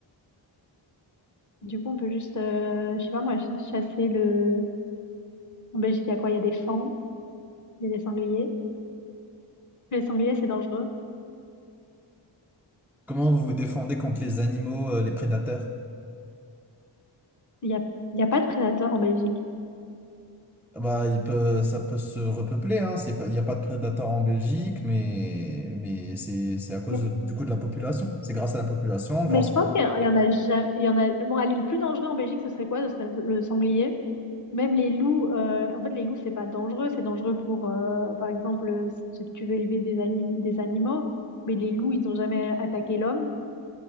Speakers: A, on the left; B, in the centre.
A: Du coup, on peut juste, euh, je sais pas moi, ch- chasser le... En Belgique, il y a quoi? Il y a des fans, il y a des sangliers. Les sangliers, c'est dangereux.
B: Comment vous vous défendez contre les animaux, euh, les prédateurs?
A: Il y a, il y a pas de prédateurs en Belgique.
B: Bah, il peut, ça peut se repeupler, hein. C'est pas, il n'y a pas de prédateurs en Belgique, mais, mais c'est, c'est à cause
A: Mais,
B: de- du coup de la population. C'est grâce à la population, grâce
A: mais je pense
B: à...
A: qu'il y en a, ja- il y en a... Bon, allez, le plus dangereux en Belgique, ce serait quoi? Ce serait le sanglier. Même les loups, euh, en fait, les loups, c'est pas dangereux. C'est dangereux pour, euh, par exemple, euh, si tu tu veux élever des, anim- des animaux. Mais les loups, ils n'ont jamais attaqué l'homme.